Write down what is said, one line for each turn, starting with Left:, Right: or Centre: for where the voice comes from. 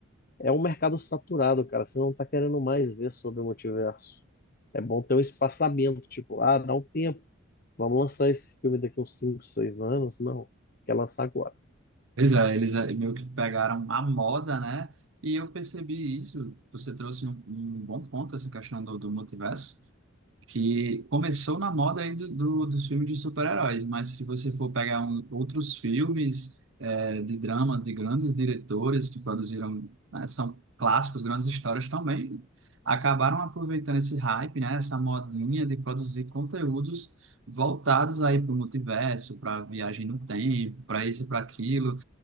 Left: É um mercado saturado, cara. Você não tá querendo mais ver sobre o multiverso. É bom ter um espaçamento, tipo, ah, dá um tempo. Vamos lançar esse filme daqui uns cinco, seis anos? Não, quer lançar agora.
Right: pois é, eles é, meio que pegaram a moda, né? E eu percebi isso. Você trouxe um, um bom ponto essa questão do, do multiverso. que começou na moda aí do, do- dos filmes de super-heróis, mas se você for pegar um- outros filmes eh, de dramas de grandes diretores que produziram, né, são clássicos, grandes histórias também, acabaram aproveitando esse hype, né, essa modinha de produzir conteúdos voltados aí para o multiverso, para viagem no tempo, para isso e para aquilo.